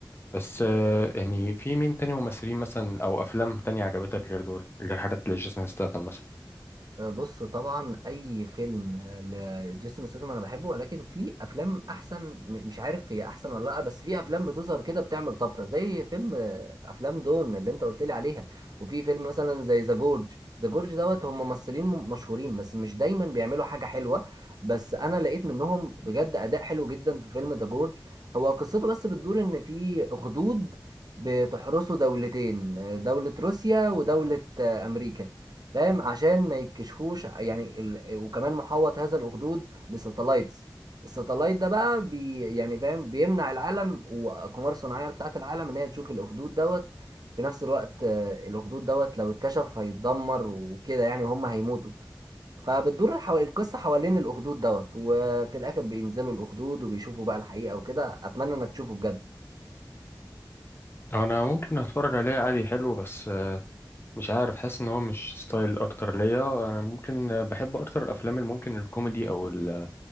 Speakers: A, on the left; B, on the right.
A: بس آه، يعني في مين تاني ممثلين مثلا او افلام تانية عجبتك غير دول غير حاجات لجيسون ستاثام مثلا
B: آه، بص طبعا اي فيلم آه، لجيسون ستاثام انا بحبه ولكن في افلام احسن م- مش عارف هي احسن ولا لا بس في افلام بتظهر كده بتعمل طفره زي فيلم آه، افلام دون اللي انت قلت لي عليها وفي فيلم مثلا زي ذا جورج ذا جورج دوت هم ممثلين م- مشهورين بس مش دايما بيعملوا حاجه حلوه بس انا لقيت منهم بجد اداء حلو جدا في فيلم ذا جورج هو قصته بس بتدور ان في اخدود بتحرسوا دولتين آه، دولة روسيا ودولة آه، أمريكا فاهم عشان ما يتكشفوش يعني ال... وكمان محوط هذا الأخدود بساتلايتس الساتلايت ده بقى بي... يعني فاهم بيمنع العالم وأقمار صناعية بتاعة العالم إن هي تشوف الأخدود دوت في نفس الوقت آه، الأخدود دوت لو اتكشف هيتدمر وكده يعني وهم هيموتوا فبتدور حو... القصة حوالين الأخدود دوت وفي الآخر بينزلوا الأخدود وبيشوفوا بقى الحقيقة وكده أتمنى إنك تشوفه بجد
A: انا ممكن اتفرج عليه عادي حلو بس آه، مش عارف حاسس ان هو مش ستايل اكتر ليا انا ممكن آه، بحب اكتر الافلام اللي ممكن الكوميدي او ال-